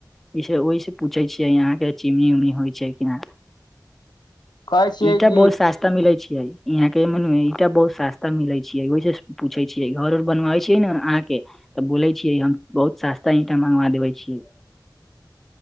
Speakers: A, in the centre; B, on the left.
A: इ से ओइसे पूछे छियै यहाँकेँ चिमनी ऊमनी होई छै कि ना
B: कहै छियै
A: ईटा
B: कि
A: बहुत सस्ता मिलेय छैय यहाँकेँ मन में ईटा बहुत सस्ता मिले छैय ओहिसं पूछै छियै घर उर बनबै छियै न अहाँकेँ तऽ बोले छियै हम बहुत सस्ता ईंटा मंगवा देबे छियै